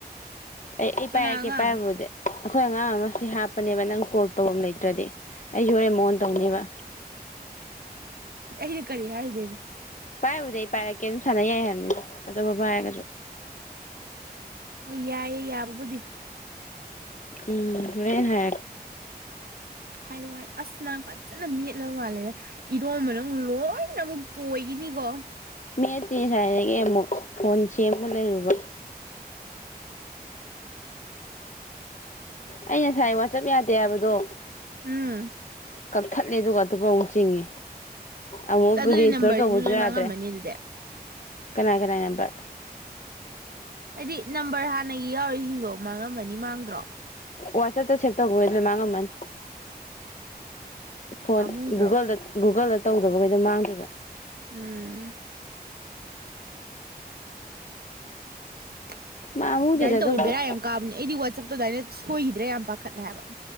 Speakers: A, on the left; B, on the right.
A: ꯑꯩ ꯑꯩ
B: ꯀꯅꯥ
A: ꯄꯥꯏꯔꯛꯀꯦ
B: ꯑꯉꯥꯡ
A: ꯄꯥꯏꯔꯝꯃꯗꯤ ꯑꯩꯈꯣꯏ ꯑꯉꯥꯡ ꯑꯃꯁꯤ ꯍꯥꯞꯄꯅꯦꯕ ꯅꯪ ꯀꯣꯜ ꯇꯧꯝ ꯂꯩꯇ꯭ꯔꯗꯤ ꯑꯩ ꯌꯣꯔꯦ ꯃꯑꯣꯣꯟ ꯇꯧꯅꯦꯕ
B: ꯑꯩꯅ ꯀꯔꯤ ꯍꯥꯏꯗꯦꯒꯦ
A: ꯄꯥꯏꯕꯨꯗꯤ ꯑꯩ ꯄꯥꯏꯔꯛꯀꯦ ꯑꯗꯨꯝ ꯁꯥꯟꯅꯩꯏ ꯍꯥꯏꯕꯅꯤ ꯑꯇꯣꯞꯄ ꯄꯥꯏꯔꯒꯁꯨ
B: ꯑꯣ ꯌꯥꯏꯌꯦꯦ ꯌꯥꯕꯕꯨꯗꯤ
A: ꯎꯝ ꯔꯦꯟ ꯍ
B: ꯍꯥꯏꯔꯣ ꯍꯥꯏꯔꯣ ꯑꯁ ꯅꯍ ꯐꯖꯅ ꯃꯦꯠꯂ ꯃꯥꯜꯂꯦꯗ ꯏꯔꯣꯝꯕꯅ ꯑꯃꯨꯛ ꯂꯣꯏꯅ ꯑꯃꯨꯛ ꯇꯣꯏꯈꯤꯅꯤꯀꯣ
A: ꯃꯤꯠꯇ ꯁ꯭ꯋꯥꯏꯗꯒꯤ ꯑꯃꯨꯛ ꯀꯣꯟ ꯁꯦꯝꯃ ꯂꯩꯔꯨꯕ ꯑꯩ ꯉꯁꯥꯏ ꯋꯥꯆꯞ ꯌꯥꯗꯦ ꯍꯥꯏꯕꯗꯣ
B: ꯎꯝ
A: ꯀꯛꯊꯠꯂꯦ ꯑꯗꯨꯒ ꯑꯇꯣꯞꯄ ꯑꯃꯨꯛ ꯆꯤꯡꯉꯦ ꯑꯃꯨꯛ
B: ꯆ ꯑꯗꯨꯗꯤ
A: ꯔꯤꯁꯇꯣꯔ
B: ꯅꯝꯕꯔꯁꯤꯅ
A: ꯇꯧꯕꯁꯨ
B: ꯂꯣꯏ ꯃꯥꯡꯉꯝꯃꯅꯤ
A: ꯌꯥꯗ꯭ꯔꯦ
B: ꯑꯗꯨꯗꯤ
A: ꯀꯅꯥ ꯀꯅꯥ ꯅꯦꯝꯝꯕꯔ
B: ꯍꯥꯏꯗꯤ ꯅꯝꯕꯔ ꯍꯥꯟꯅꯒꯤ ꯌꯥꯎꯔꯤꯁꯤꯡꯗꯣ ꯃꯥꯡꯉꯝꯃꯅꯤ ꯃꯥꯡꯗ꯭ꯔꯣ
A: ꯋꯥꯆꯞꯇ ꯁꯦꯚ ꯇꯧꯈꯦ ꯂꯣꯏꯃꯥꯡꯃꯟ ꯐꯣꯟ
B: ꯄꯥꯝꯃꯨꯗ꯭ꯔꯣ
A: ꯨꯒꯜꯗ ꯨꯒꯜꯗ ꯇꯧꯗꯕꯈꯩꯗꯣ ꯃꯥꯡꯗꯣꯏꯕ
B: ꯎꯝ <unintelligible>
A: ꯃꯥꯡꯉꯨꯗꯦꯗ
B: ꯑꯗꯨꯃꯥꯏꯅ
A: ꯑꯗꯨꯕꯨꯗꯤ
B: ꯇꯧꯋꯤ ꯕꯦꯔꯥ ꯌꯥꯝ ꯀꯥꯕꯅꯤ ꯑꯩꯗꯤ ꯋꯥ ꯆꯞꯄ ꯑꯗꯨꯗꯥꯥꯏꯅ ꯁꯣꯏꯈꯤꯗ꯭ꯔꯦ ꯌꯥꯝ ꯄꯥꯈꯠꯂꯦ ꯍꯥꯏꯕ